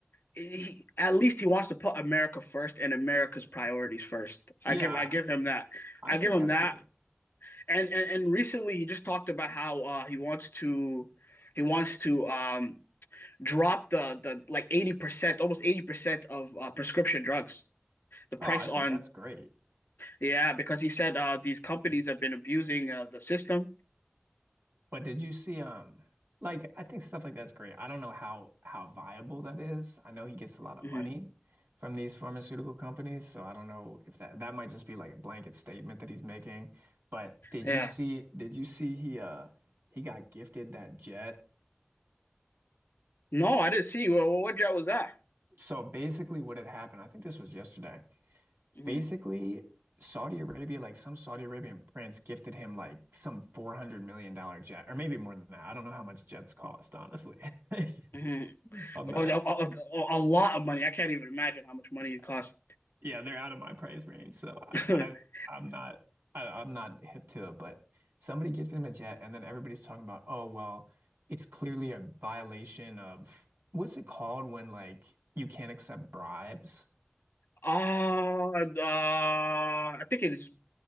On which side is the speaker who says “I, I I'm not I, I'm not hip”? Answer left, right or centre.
Right